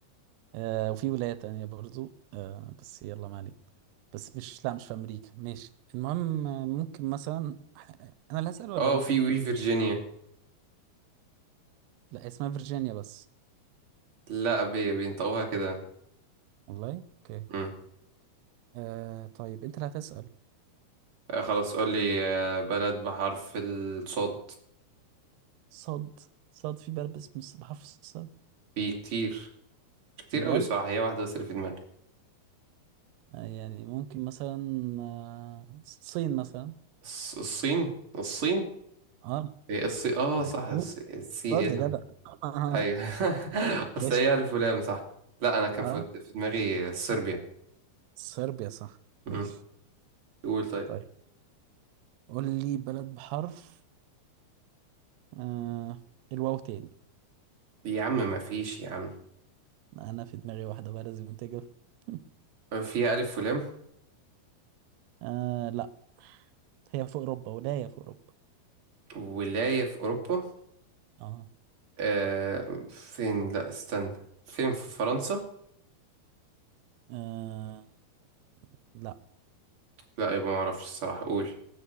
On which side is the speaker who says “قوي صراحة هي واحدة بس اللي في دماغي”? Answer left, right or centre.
Right